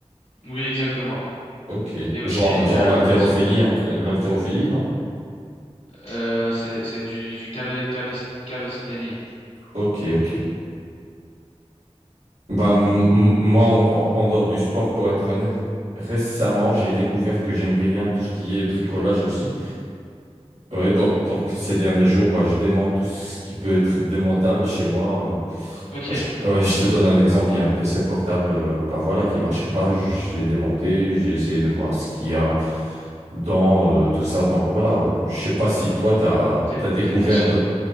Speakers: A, on the left; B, on the right.
A: Oui, exactement.
B: Ok.
A: Et aussi,
B: Genre, genre
A: un,
B: l'haltérophilie,
A: un peu de.
B: hein, l'haltérophilie, non?
A: Euh, c'est, c'est du, du calé- calés- calisthénie.
B: Ok, ok. Bah, m- m- moi, en, en- en dehors du sport, pour être honnête, récemment, j'ai découvert que j'aime bien tout ce qui est bricolage aussi. Ouais, donc, donc ces derniers jours, bah, je démonte tout ce qui peut être démontable chez moi. euh.
A: Ok,
B: Bah, je, ouais, je te donne un exemple, il y a un PC portable euh, bah, voilà, qui marchait pas, je l'ai démonté, j'ai essayé de voir ce qu'il y a dans euh, tout ça. Donc voilà, euh, je sais pas si toi, tu as,
A: t'es-
B: découvert...
A: t'es- t'es chi-
B: d'autres-